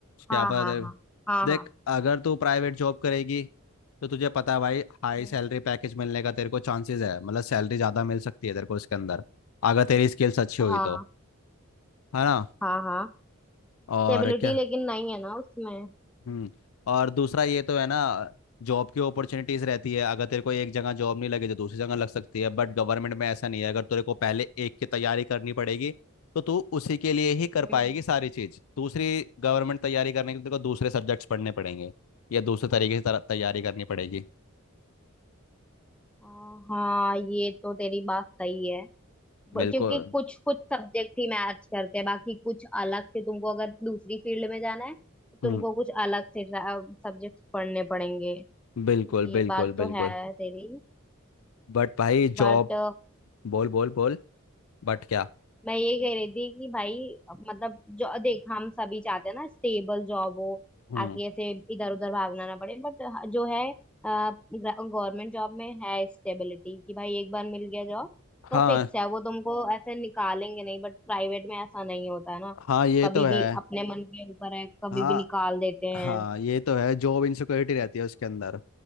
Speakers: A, on the left; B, in the centre.
A: क्या
B: हाँ
A: पता
B: हाँ
A: तेरे
B: हाँ हाँ
A: देख
B: हाँ
A: अगर तू प्राइवेट जॉब करेगी तो तुझे पता है भाई हाई
B: हम्म
A: सैलरी पैकेज मिलने का तेरे को चांसेस है मतलब सैलरी ज़्यादा मिल सकती है तेरे को इसके अंदर अगर तेरी स्किल्स अच्छी हुई
B: हाँ
A: तो है ना
B: हाँ हाँ स्टेबिलिटी
A: और क्या
B: लेकिन नहीं है ना उसमें
A: हम्म और दूसरा ये तो है ना जॉब की अपॉर्चुनिटीज रहती है अगर तेरे को एक जगह जॉब नहीं लगी तो दूसरी जगह लग सकती है बट गवर्नमेंट में ऐसा नहीं है अगर तेरे को पहले एक की तैयारी करनी पड़ेगी तो तू उसी के लिए ही कर
B: हम्म
A: पाएगी सारी चीज़ दूसरी गवर्नमेंट तैयारी करने के लिए तेरे को दूसरे सब्जेक्ट्स पढ़ने पड़ेंगे या दूसरे तरीके से तर- तैयारी करनी पड़ेगी
B: आ, हाँ ये तो तेरी बात सही है ब-
A: बिल्कुल
B: क्योंकि कुछ कुछ सब्जेक्ट ही मैच करते हैं बाकी कुछ अलग से तुमको अगर दूसरी फील्ड में जाना है तो तुमको
A: हम्म
B: कुछ अलग से सब्जेक्ट पढ़ने पड़ेंगे
A: बिल्कुल
B: ये
A: बिल्कुल
B: बात तो
A: बिल्कुल
B: है तेरी
A: बट भाई जॉब
B: बट
A: बोल बोल बोल बट क्या
B: मैं ये कह रही थी कि भाई मतलब जो देख हम सभी चाहते हैं ना स्टेबल जॉब हो
A: हम्म
B: ताकि ऐसे इधर उधर भागना ना पड़े बट जो है गवर्नमेंट जॉब में है स्टेबिलिटी कि भाई एक बार मिल गया जॉब तो
A: हाँ
B: फिक्स है वो तुमको ऐसे निकालेंगे नहीं बट प्राइवेट में ऐसा नहीं होता है ना
A: हाँ ये
B: कभी
A: तो है
B: भी अपने मन के ऊपर है कभी
A: हाँ
B: भी निकाल देते हैं
A: हाँ ये तो है जॉब इनसिक्योरिटी रहती है उसके अंदर